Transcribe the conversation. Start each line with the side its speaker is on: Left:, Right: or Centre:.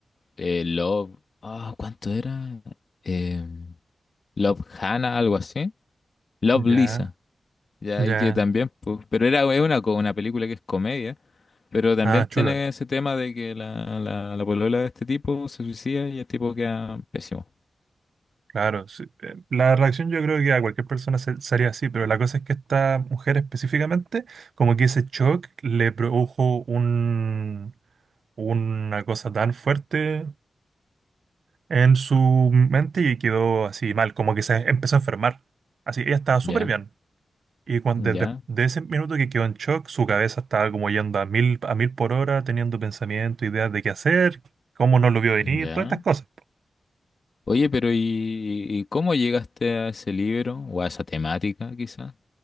Left: eh, Love. Ah, ¿cuánto era? Eh, Love Hannah, algo así. Love Lisa.
Right: ya,
Left: Ya,
Right: ya.
Left: y que también, pues, pero era es una, co- una película que es comedia, pero también
Right: Ah,
Left: tiene
Right: chuta.
Left: ese tema de que la, la, la polola de este tipo se suicida y el tipo queda pésimo.
Right: Claro. sí. Eh, La reacción yo creo que a cualquier persona se, se haría así, pero la cosa es que esta mujer específicamente, como que ese shock le produjo un, una cosa tan fuerte en su mente y quedó así mal, como que se empezó a enfermar. Así, ella estaba súper
Left: Ya,
Right: bien. Y cuando,
Left: ya,
Right: desde de ese minuto que quedó en shock, su cabeza estaba como yendo a mil, a mil por hora, teniendo pensamientos, ideas de qué hacer, cómo no lo vio venir,
Left: ya.
Right: todas estas cosas.
Left: Oye, pero ¿y, y cómo llegaste a ese libro o a esa temática, quizás?